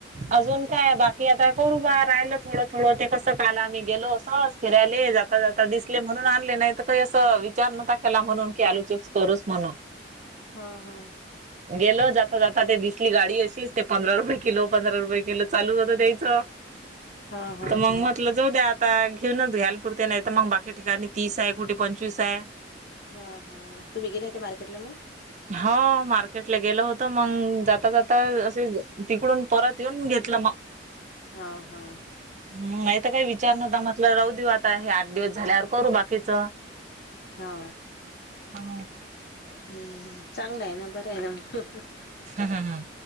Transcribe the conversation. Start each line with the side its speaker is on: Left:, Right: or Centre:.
Right: अजून काय बाकी आता करू बा राहिलं थोडं -थोडं ते कसं काल आम्ही गेलो असतो. सहज फिरायले जाता-जाता दिसले म्हणून आणले नाही तर. का असं विचार न्हता केला म्हणून की, आलू चिप्स करूच म्हणून.
Left: हा हा,
Right: गेलो जाता-जाता ते दिसली गाडी अशीच ते पंधरा रुपये किलो. पंधरा रुपये किलो चालू होत द्यायच
Left: हां, हां,
Right: तर मग
Left: हां.
Right: म्हटलं. जाऊ द्या न आता घेऊनच घ्यायल पुरते नाही तर मग बाकी ठिकाणी तीस आहे कुठे पंचवीस आहे.
Left: हा हा, तुम्ही गेले होते मार्केटला मग?
Right: हो, मार्केटला गेलं होत. मग जाता जाता असे तिकडून परत येऊन घेतलं मग.
Left: हा हा,
Right: हम, नाही तर काही विचार नव्हता म्हटलं राहू देऊ आता हे आठ दिवस झाल्यावर करू बाकीच.
Left: हा,
Right: हा,
Left: हम, चांगलं आहे ना, बरं आहे ना मग.
Right: हा हा,